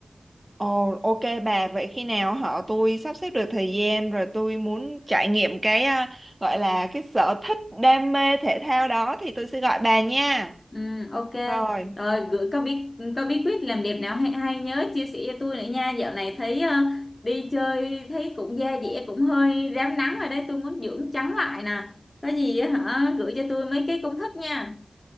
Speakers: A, on the right; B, on the left.
A: Ồ ok bà vậy khi nào họ tôi sắp xếp được thời gian rồi tôi muốn trải nghiệm cái à, gọi là cái sở thích đam mê thể thao đó thì tôi sẽ gọi bà nha
B: Ừ, ok
A: Rồi
B: rồi gửi có bí có bí quyết làm đẹp nào hay hay nhớ chia sẻ cho tôi nữa nha dạo này thấy ờ, đi chơi thấy cũng da dẻ cũng hơi rám nắng rồi đấy tôi muốn dưỡng trắng lại nè có gì á hả gửi cho tôi mấy cái công thức nha